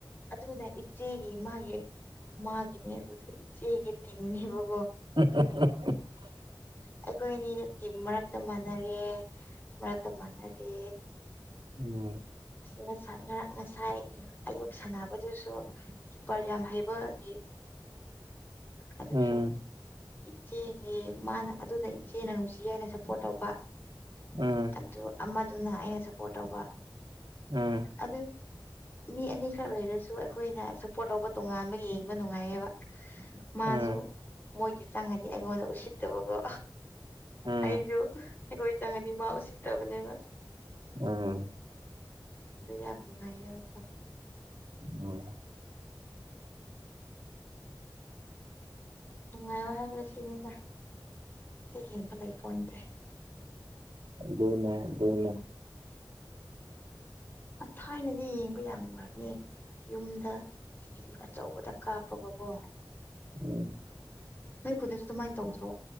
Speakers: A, on the left (about 25°); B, on the right (about 65°).
A: ꯑꯗꯨꯅ ꯏꯆꯦꯒꯤ ꯃꯥꯒꯤ ꯃꯥꯒꯤꯦꯅꯦ ꯑꯗꯨ ꯊ ꯏꯆꯦ ꯑꯩꯒꯤ ꯇꯅꯦꯕꯣ
B: ꯎ
A: ꯑꯩꯈꯣꯏ ꯑꯅꯤ ꯇꯤꯝ ꯃꯔꯛꯇ ꯃꯥꯟꯅꯔꯦ ꯃꯔꯛꯇ ꯃꯥꯟꯅꯗꯦ
B: ꯎꯝ
A: ꯉꯁ ꯉꯔꯥꯛ ꯉꯁꯥꯏ ꯑꯌꯨꯛ ꯁꯥꯟꯅꯕꯗꯨꯁꯨ ꯀꯤꯞꯄꯔ ꯌꯥꯝ ꯍꯩꯕꯒꯤ ꯑꯗꯨ
B: ꯎꯝ
A: ꯁꯣ ꯏꯆꯦ ꯑꯦ ꯃꯥꯅ ꯑꯗꯨꯅ ꯏꯆꯦꯅ ꯅꯨꯡꯁꯤ ꯍꯥꯏꯅ ꯁꯞꯄꯣꯔꯠ ꯇꯧꯕ
B: ꯎꯝ
A: ꯑꯗꯨ ꯑꯗꯨꯅ ꯑꯩꯅ ꯁꯞꯄꯣꯔꯠ ꯇꯧꯕ
B: ꯎꯝ
A: ꯑꯗꯨ ꯃꯤ ꯑꯅꯤꯈꯛ ꯂꯩꯔꯁꯨ ꯑꯩꯈꯣꯏꯅ ꯁꯞꯄꯣꯔꯠ ꯇꯧꯕ ꯇꯣꯉꯥꯟꯕ ꯌꯦꯡꯕ ꯅꯨꯡꯉꯥꯏꯌꯦꯕ ꯃꯥꯁꯨ
B: ꯎꯝ
A: ꯃꯣꯏꯗꯤ ꯆꯪꯉꯗꯤ ꯑꯩꯉꯣꯟꯗ ꯎꯁꯤꯠꯇꯕꯀꯣ
B: ꯎꯝ
A: ꯑꯩꯁꯨ ꯑꯩꯈꯣꯏ ꯆꯪꯉꯗꯤ ꯃꯥ ꯎꯁꯤꯠꯇꯕꯅꯦꯕ
B: ꯑꯝ
A: ꯑ ꯌꯥꯝ ꯅꯨꯡꯉꯥꯏꯌꯦꯣ
B: ꯎꯝ
A: ꯅꯨꯡꯉꯥꯏꯌ ꯍꯥꯏꯕꯗ ꯁꯤꯅꯤꯗ ꯁꯤꯗ ꯍꯦꯟꯕ ꯂꯩꯄꯣꯟ ꯅꯗꯦ
B: ꯗꯣꯅ ꯗꯣꯅ
A: ꯑ ꯊꯥꯏꯅꯗꯤ ꯌꯦꯡꯕ ꯌꯥꯝ ꯅꯨꯡꯉꯥꯏꯕꯅꯦ ꯌꯨꯝꯗ ꯀꯤꯚꯤ ꯑꯆꯧꯕꯗ ꯀꯥꯞꯄꯒꯀꯣ
B: ꯎꯝ
A: ꯅꯣꯏ ꯈꯨꯗꯁꯨ ꯑꯗꯨꯃꯥꯏꯅ ꯇꯧꯗ꯭ꯔꯣ